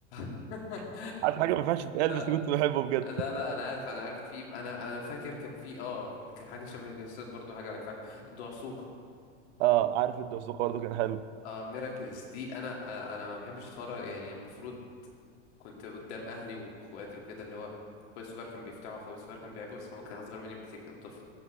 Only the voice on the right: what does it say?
<laughs> عارف حاجه ما ينفعش تتقال
بس كنت بحبه بجد
اه عارف الدوسوق برضه كان حلو